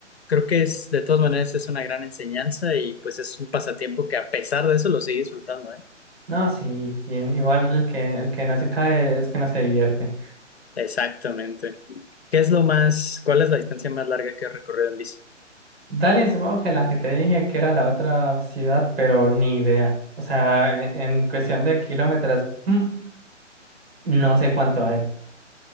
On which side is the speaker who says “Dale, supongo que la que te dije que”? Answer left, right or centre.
Right